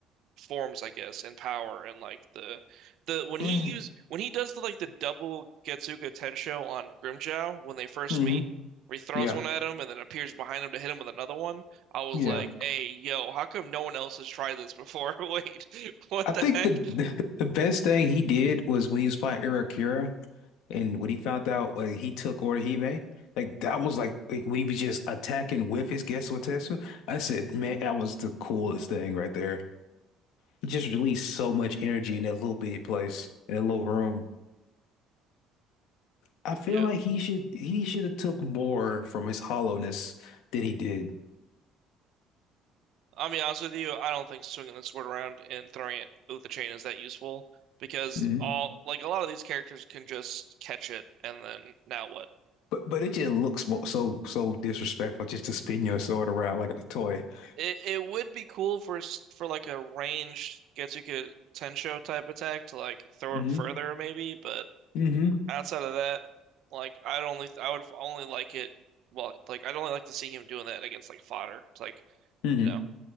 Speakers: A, on the right; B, on the left.
A: forms, I guess, and power and like the the when
B: hmm
A: he use when he does the like the double Getsuga Tensho on Grimjow when they first
B: hmm
A: meet, where he throws
B: <laughs> Yeah.
A: one at him and then appears behind him to hit him with another one. I was
B: Yeah.
A: like, "Hey, yo, how come no one else has tried this before?" <laughs> Wait, what
B: I think
A: the heck?
B: the the best thing he did was when he was fighting Irakira and when he found out like, he took Orihime, like that was like like, when he was just attacking with his Getsutetsu. I said, man, that was the coolest thing right there. He just released so much energy in that little bitty place, in that little room. I feel
A: Yeah.
B: like he should he should have took more from his hollowness than he did.
A: I'll be honest with you, I don't think swinging the sword around and throwing it with the chain is that useful because
B: hmm
A: all like a lot of these characters can just catch it and then now what?
B: But but it just looks mo- so so disrespectful just to spin your sword around like a toy. <laughs>
A: It it would be cool for s- for like a ranged Getsuka Tensho type attack to like throw
B: hmm
A: it further maybe, but
B: hmm
A: outside of that, like I'd only I would only like it well like I'd only like to see him doing that against like fodder. It's like
B: hmm
A: you know,